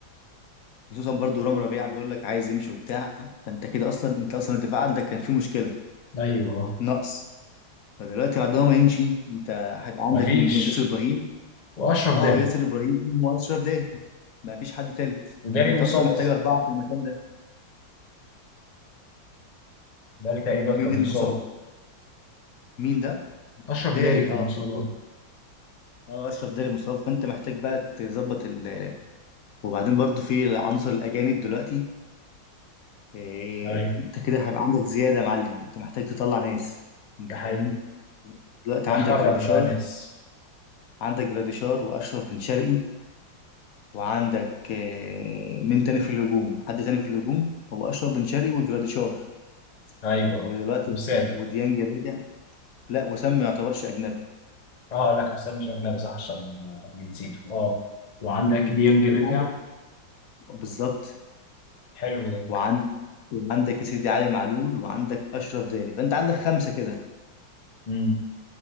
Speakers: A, on the left (about 65°); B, on the left (about 80°).
A: خصوصا برضو رام ربيعه بيقول لك عايز يمشي وبتاع فانت كده اصلا انت اصلا الدفاع عندك كان فيه مشكله
B: ايوه
A: نقص فدلوقتي بعد ما يمشي انت هيبقى عندك
B: مفيش
A: مين ياسر ابراهيم
B: واشرف
A: اه
B: داري
A: ياسر ابراهيم واشرف داري ما فيش حد تالت
B: وداري
A: وانت
B: مصاب
A: اصلا محتاج
B: اصلا
A: اربعه في المكان ده
B: داري تقريبا
A: مين
B: كان مصاب
A: اللي مصاب مين ده
B: اشرف
A: داري
B: داري كان
A: اه
B: مصاب
A: اه اشرف داري مصاب فانت محتاج بقى تظبط ال... وبعدين برضو في العنصر الاجانب دلوقتي إيه،
B: ايوه
A: انت كده هيبقى عندك زياده يا معلم انت محتاج تطلع ناس انت
B: ده حقيقي
A: فاهمني دلوقتي
B: هيخرج
A: عندك جراديشار
B: بقى ناس
A: عندك جراديشار واشرف بن شرقي وعندك آه، مين تاني في الهجوم حد تاني في الهجوم هو اشرف بن شرقي وجراديشار
B: ايوه
A: ودلوقتي
B: وسام
A: وديانج راجع لا وسام ما يعتبرش اجنبي
B: اه لا وسام مش اجنبي صح عشان آه، جنسيته اه وعندك
A: مم.
B: ديانج رجع
A: انت عندك بالظبط
B: حلو ده
A: وعند وعندك يا سيدي علي معلول وعندك اشرف داري فانت عندك خمسه كده
B: امم